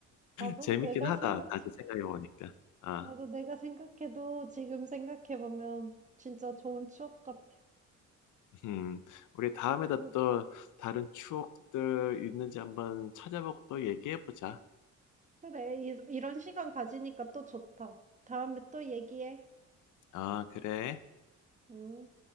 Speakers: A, on the right; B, on the left.
A: 맞아.
B: 재밌긴
A: 내가
B: 하다.
A: 생각해
B: 다시 생각해 보니까. 아,
A: 맞아. 내가 생각해도 지금 생각해 보면 진짜 좋은 추억 같아.
B: 음. 우리 다음에다
A: 어
B: 또 다른 추억들 있는지 한번 찾아보고 또 얘기해 보자.
A: 그래. 이, 이런 시간 가지니까 또 좋다. 다음에 또 얘기해.
B: 아, 그래.
A: 응.